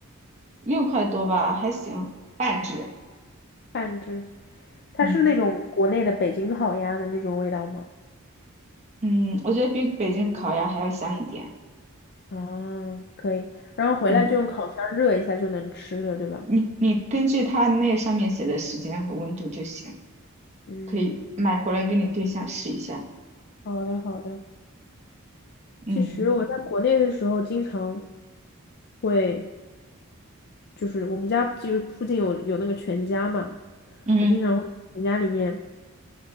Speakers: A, on the right (about 30°); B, on the left (about 50°).
A: 六块多吧，还行，半只。
B: 半只？它是那种国内的北京烤鸭的那种味道吗？
A: 嗯嗯，我觉得比北京烤鸭还要香一点。
B: 啊，可以，然后回来就用烤箱热一下就能吃了，
A: 嗯，
B: 对吧？
A: 你你根据它那上面写的时间和温度就行，
B: 嗯，
A: 可以买回来给你对象试一下。
B: 好的，好的。其实我在国内的时候，
A: 嗯
B: 经常会就是我们家就是附近有有那个全家嘛，
A: 嗯
B: 我经常会去全家里面